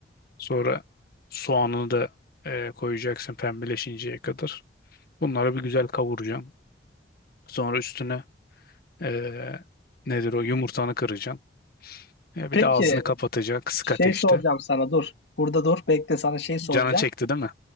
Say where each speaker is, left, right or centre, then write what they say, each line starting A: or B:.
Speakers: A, on the left (about 55°); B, on the left (about 80°).
A: Sonra soğanını da e, koyacaksın pembeleşinceye kadar. Bunları bir güzel kavuracaksın. Sonra üstüne e, nedir o yumurtanı kıracaksın. E,
B: Peki
A: bir de ağzını kapatacaksın kısık
B: Şey
A: ateşte.
B: soracağım sana dur. Burada dur. Bekle sana şey soracağım.
A: Canın çekti değil mi?